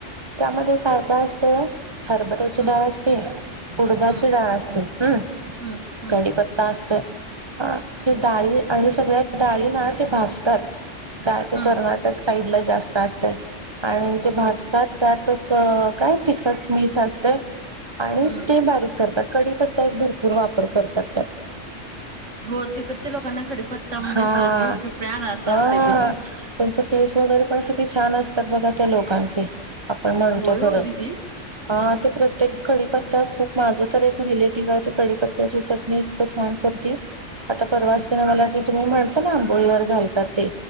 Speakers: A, on the right; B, on the right.
A: त्यामध्ये काय काय असतंय हरबऱ्याची
B: हं,
A: डाळ असते, उडदाची
B: हं,
A: डाळ असते, हम्म...
B: हं, हं,
A: कढीपत् कडीपत्ता असतोय... हा... ते
B: हं,
A: डाळी आणि सगळ्या डाळी ना ते भाजतात काय ते
B: हं,
A: कर्नाटक साईडला जास्त असतय, आणि ते
B: हं,
A: भाजतात
B: हं.
A: त्यातच काय तिखट मीठ असतय आणि
B: हं.
A: ते बारीक करतात, कडीपत्ता एक भरपूर वापर करतात त्यात
B: हो... तिकडच्या लोकांना कडीपत्ता म्हणजेच
A: हा
B: जीव की प्राण असं
A: हा,
B: असतंय ते.
A: त्यांचे केस वगैरे पण किती छान असतात... बघा त्या लोकांचे आपण म्हणतो
B: होय
A: खरं
B: ओ दीदी?
A: हा... ते प्रत्येक कडीपत्ता खूप... माझं तर एक रिलेटिव्ह आहे ते कडीपत्त्याचे चट मी इतकं छान करते आता परवा
B: हं,
A: असताना... मला ते तुम्ही म्हणता ना आंबोळीवर घालतात ते